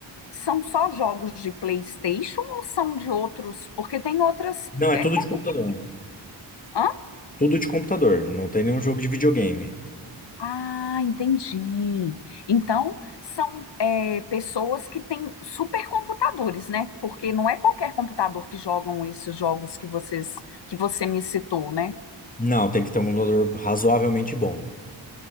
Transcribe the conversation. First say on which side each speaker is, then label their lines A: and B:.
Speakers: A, on the left; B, on the left.
A: São só jogos de PlayStation ou são de outros? Porque tem outras.
B: Não, é
A: é,
B: tudo
A: com-
B: de computador.
A: o que? Hã?
B: Tudo de computador. Não tem nenhum jogo de videogame.
A: Ah, entendi. Então, são é, pessoas que têm supercomputadores, né? Porque não é qualquer computador que jogam esses jogos que vocês, que você me citou, né?
B: Não, tem que ter um computador razoavelmente bom.